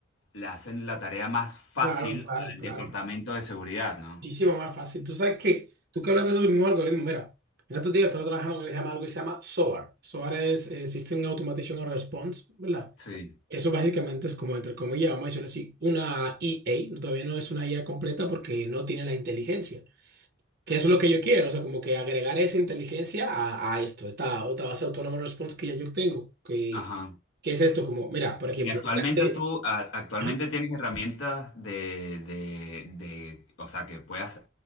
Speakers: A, on the left (about 85°); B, on the right (about 55°).
A: le hacen la tarea más fácil
B: claro, claro,
A: al
B: claro.
A: departamento de seguridad, ¿no?
B: muchísimo más fácil. Tú sabes que, tú que hablas de esos mismos algoritmos, mira, en estos días estaba trabajando en lo que se llama- algo que se llama SOAR. SOAR es eh, System Automation and Response, ¿verdad?
A: Sí.
B: Eso básicamente es como, entre comillas, vamos a decirlo así, una EA, todavía no es una IA completa porque no tiene la inteligencia. Que eso es lo que yo quiero, o sea, como que agregar esa inteligencia a, a esto, esta otra base autónoma de response que ya yo tengo, que,
A: Ajá.
B: qué es esto, como, mira, por ejemplo,
A: Y actualmente
B: ya sé-
A: tú, a- actualmente
B: Ajá.
A: tienes herramientas de, de, de, o sea, que puedas,